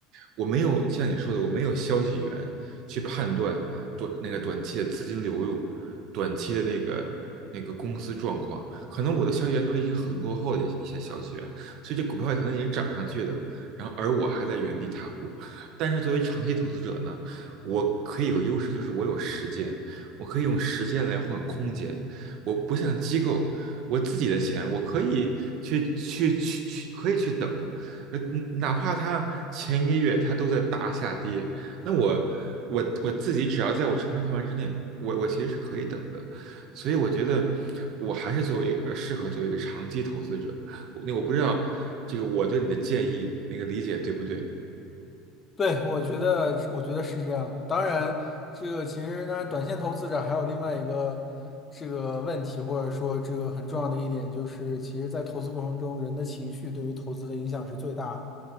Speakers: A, on the right; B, on the left.
A: 我没有像你说的，我没有消息源去判断短那个短期的资金流入，短期的那个那个公司状况，可能我的消息源都已经很落后的一些消息源，所以这股票可能已经涨上去的，然后而我还在原地踏步。但是作为长期投资者呢，我可以有优势，就是我有时间。我可以用时间来换空间。我不像机构，我自己的钱我可以去去去去，可以去等，呃，哪怕它前一个月它都在大下跌，那我我我自己只要在我承受范围之内，我我其实是可以等的。所以我觉得我还是作为一个呃适合作为一个长期投资者。我那我不知道这个我对你的建议那个理解对不对？
B: 对，我觉得，我觉得是这样的。当然，这个其实，当然，短线投资者还有另外一个这个问题，或者说这个很重要的一点，就是其实，在投资过程中，人的情绪对于投资的影响是最大的。